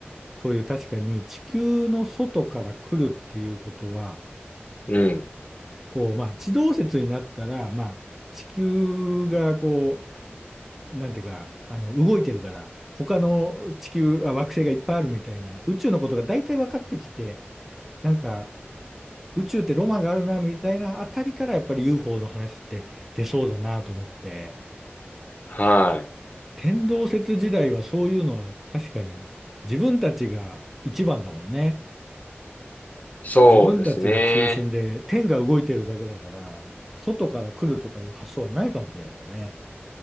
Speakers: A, in the centre; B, on the left.
A: そういう確かに地球の外から来るっていうことは、
B: うん。
A: こう、まあ、地動説になったら、まあ、地球がこう、なんていうか、あの、動いてるから、他の地球、あ、惑星がいっぱいあるみたいな、宇宙のことが大体分かってきて、なんか、宇宙ってロマンがあるな、みたいなあたりから、やっぱり UFO の話って出そうだなと思って、
B: はい。
A: 天動説時代はそういうのは確かに、自分たちが一番だもんね。
B: そうですね。
A: 自分たちが中心で、天が動いてるだけだから、外から来るとかいう発想はないかもしれないよね。